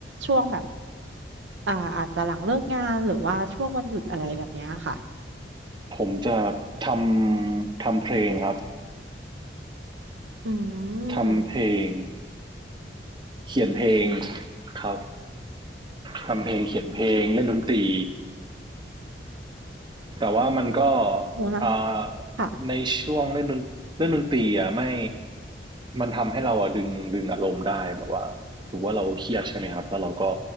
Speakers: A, on the right (about 85°); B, on the right (about 25°).
A: ช่วงแบบอ่าอาจจะหลังเลิกงานหรือว่าช่วงวันหยุดอะไรแบบเนี้ยค่ะ
B: ผมจะทำทำเพลงครับ
A: อื
B: ทำเพลง
A: ม
B: เขียนเพลงครับทำเพลงเขียนเพลงเล่นดนตรีแต่ว่ามันก็
A: โอ้นะ
B: อ่า
A: ค่ะ
B: ในช่วงเล่นดนเล่นดนตรีอ่ะไม่มันทำให้เราอ่ะดึงดึงอารมณ์ได้แบบว่าถือว่าเราเครียดใช่ไหมครับแล้วเราก็